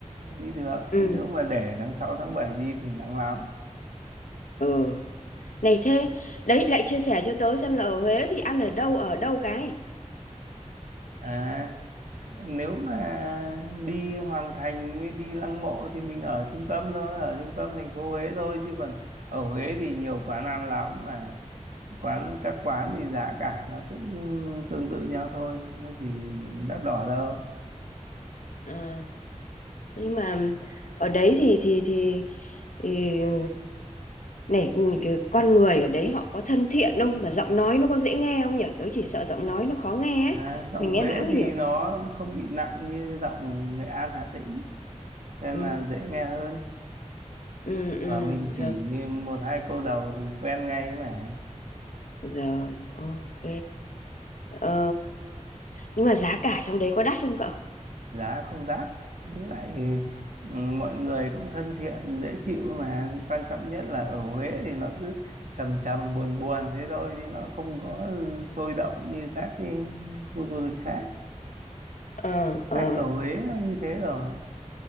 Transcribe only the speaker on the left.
Ừ.
ừ Này thế, đấy lại chia sẻ cho tớ xem là ở Huế thì ăn ở đâu ở đâu cái.
À, nhưng mà ở đấy thì thì thì, thì ừ, này cái con người ở đấy họ có thân thiện không mà giọng nói nó có dễ nghe không nhỉ? Tớ chỉ sợ giọng nói nó khó nghe
ấy.
Mình
nghe mãi không
hiểu.
Ừ
ừ
ừ
rồi
rồi ok. Ờ, nhưng mà giá cả trong đấy có đắt không cậu?
Ờ ờ